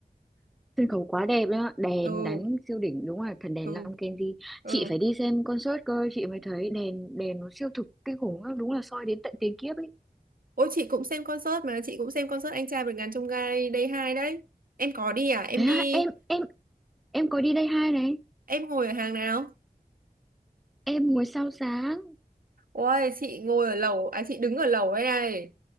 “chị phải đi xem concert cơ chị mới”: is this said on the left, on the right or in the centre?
Centre